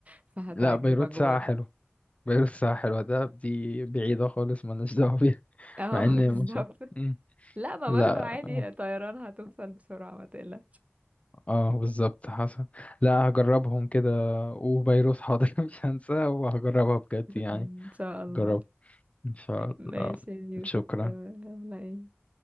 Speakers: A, on the right (about 35°); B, on the left (about 30°).
A: فهتعجبك
B: لا بيروت
A: برضو
B: ساعه حلوه بيروت ساعه حلوه ده دي بعيده خالص مالناش دعوه <laughs> بيها
A: اه
B: مع ان
A: <laughs> بالظبط
B: مش مم.
A: لا ما
B: لا
A: برضو عادي
B: اه
A: طيران هتوصل بسرعة ما تقلقش
B: آه، بالظبط حصل لا هجربهم كده وبيروت حاضر <laughs> مش هنساها وهجربها بجد يعني
A: إن شاء الله
B: جربها فلا
A: ماشي يا يوسف
B: شكرا
A: آه، يلا إيه